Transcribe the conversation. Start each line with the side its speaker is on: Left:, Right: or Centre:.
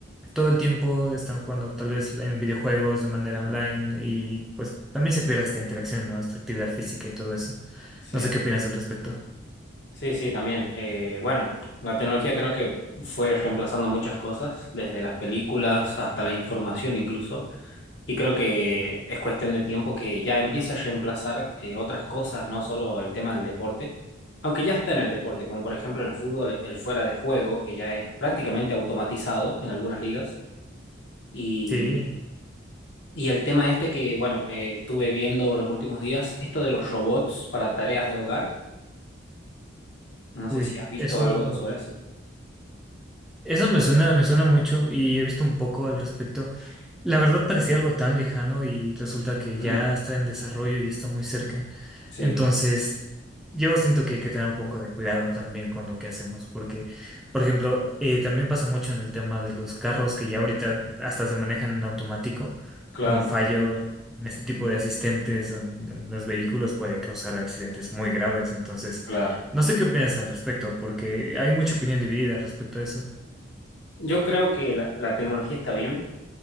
Centre: todo el tiempo están jugando tal vez en videojuegos de manera
Left: Mm,
Centre: online y pues también se pierde esta interacción, ¿no? Esta actividad física y todo eso.
Left: Sí,
Centre: No sé qué opinas al respecto.
Left: sí, sí, también. Eh, bueno, la tecnología creo que fue reemplazando muchas cosas, desde las películas hasta la información incluso. Y creo que es cuestión de tiempo que ya empiece a reemplazar eh, otras cosas, no solo el tema del deporte, aunque ya está en el deporte, como por ejemplo en el fútbol, el fuera de juego, que ya es prácticamente automatizado en algunas ligas. Y,
Centre: Sí,
Left: y el tema este que, bueno, eh, estuve viendo los últimos días, esto de los robots para tareas de hogar No
Centre: uy,
Left: sé si has visto
Centre: eso.
Left: algo sobre eso.
Centre: Eso me suena, me suena mucho y he visto un poco al respecto. La verdad parecía algo tan lejano y resulta que
Left: Mm,
Centre: ya está en desarrollo y está muy cerca.
Left: sí,
Centre: Entonces, yo siento que hay que tener un poco de cuidado también con lo que hacemos, porque, por ejemplo, eh, también pasa mucho en el tema de los carros que ya ahorita hasta se manejan en automático.
Left: claro,
Centre: Un fallo en, en este tipo de asistentes o en, en los vehículos puede causar accidentes muy graves. Entonces,
Left: claro.
Centre: no sé qué opinas al respecto, porque hay mucha opinión dividida respecto a eso.
Left: Yo creo que la, la tecnología está bien.